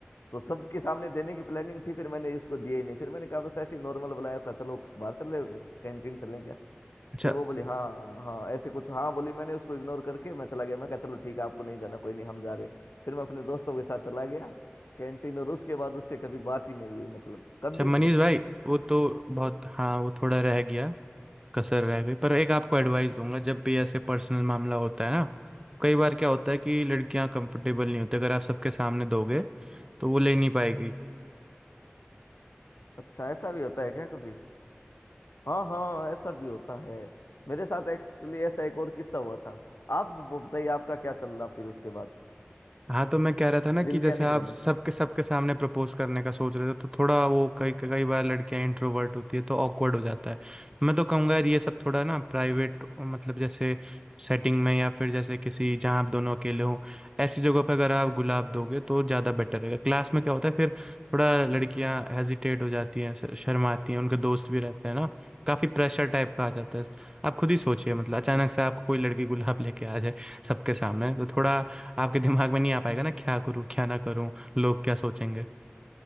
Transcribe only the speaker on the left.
तो सबके सामने देने की प्लानिंग थी फिर मैंने इसको दिया ही नहीं फिर मैंने कहा बस ऐसे ही नॉर्मल बुलाया था चलो बाहर चल रहे हो क्या कैंटीन चलें क्या
फिर वो बोली हाँ हाँ ऐसे कुछ हाँ बोली मैंने उसको इग्नोर करके मैं चला गया मैं कहा चलो ठीक है आपको नहीं जाना कोई नहीं हम जा रहे फिर मैं अपने दोस्तों के साथ चला गया कैंटीन और उसके बाद उससे कभी बात ही नहीं हुई मतलब कभी
नहीं
अच्छा ऐसा भी होता है क्या कभी हाँ हाँ ऐसा भी होता है मेरे साथ एक्चुअली ऐसा एक और किस्सा हुआ था आप वो बताइए आपका क्या चल रहा फिर उसके बाद
दिल्ली
आने
के बाद